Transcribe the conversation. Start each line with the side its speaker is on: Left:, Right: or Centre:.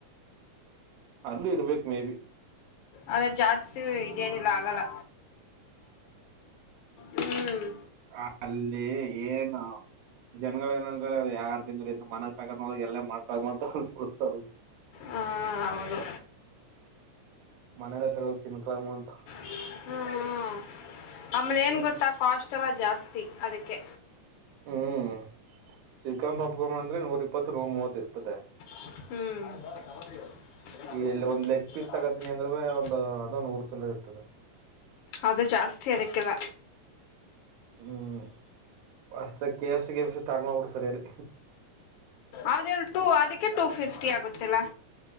Right: ಅಲ್ಲಿ ಇರ್ಬೇಕ್ ಮೇ ಬಿ.
Left: ಅರೆ ಜಾಸ್ ತು ಇದೇನಿಲ್ಲ ಆಗಲ್ಲ. ಹ್ಮ್
Right: ಹ ಅಲ್ಲಿ ಏನು ಜನಗಳ ಏನಗಳ್ ಯಾರ್ ತಿಂದ್ರ ಇನ್ನು ಮನಗ್ ತಗೊಂಡ ಹೋಗಿ ಎಲ್ಲ ಮಾಟಮಂತ್ರ ಅನ್ಸ್ಬಿಡ್ತವ್.
Left: ಹಾ ಹೌದು
Right: ಮನೆಲೆ ತಗೋ ಹೋಗ್ ತಿನ್ಕಂಬಂದ್
Left: ಹ್ಮ್ ಹ್ಮ್ ಆಮೇಲೆನ್
Right: ಹ್ಮ್.
Left: ಗೊತ್ತಾ ಕಾಸ್ಟ್ ಎಲ್ಲಾ ಜಾಸ್ ಸ್ತಿ ಅದಕ್ಕೆ
Right: ಹ್ಮ್ ಶ್ರೀಕಾ ಪಾಪ್ಕಮ್ಮ ಅಂದ್ರೆ ನೂರ್ ಇಪ್ಪತ್ ನೂರ್ ಮೂವತ್ ಇರ್ತದೆ.
Left: ಹ್ಮ್
Right: ಈ ಇಲ್ಲಿ ಒಂದ್ ಲೆಗ್ ಪೀಸ್ ತಗೋತೀನಿ ಅಂದ್ರೆ ಒಂದು ಅದು ನೂರತ್ತಲೆ ಇರ್ತದೆ.
Left: ಅದು ಜಾಸ್ತಿ ಅದಕ್ಕಿಲ
Right: ಹ್ಮ್ ಹೊಸ್ದಾಗ್ ಕೆ ಎಫ್ ಸಿ ಗಿ ಎಫ್ ಸಿ ಸ್ಟಾರ್ಟ್ ಮಾಡ್ಬಿಟ್ರೆ ಸರಿ ಅಲ್ಲಿ
Left: ಅದೆಲ್ ಟೂ ಅದಿಕ್ಕೆ ಟೂ ಫಿಫ್ಟಿ ಆಗುತ್ತಲ್ಲ.